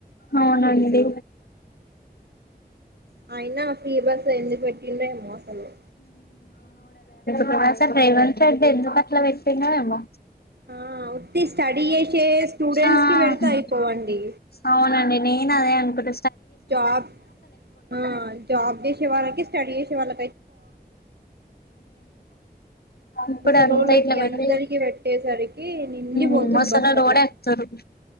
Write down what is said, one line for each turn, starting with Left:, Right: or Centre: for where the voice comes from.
Left: అవునండి
Right: అయినా ఫ్రీ బస్ ఎందుకు పెటింల్లో ఎమోసలు
Left: ప్రోస రేవంత్రెడ్డి ఎందుకు అట్లా పెట్టిండో ఎం వ
Right: ఆ ఉత్తి స్టడీ చేసే స్టూడెంట్స్
Left: ఆ
Right: కి పెడతే అయిపోవండి
Left: అవునండి నేను అదే అనుకుంట
Right: జాబ్ ఆ జాబ్ చేసే వాళ్ళకి స్టడీ చేసే వాళ్ళ
Left: ఇప్పుడు
Right: ముసలోళ్ళకి
Left: అంతయిట్ల పెట్టి
Right: అందరికి పెట్టేసరికి నిండి పోతురు
Left: ఉం మస్సలోడు
Right: బస్లల్ల
Left: కూడా ఎక్తురు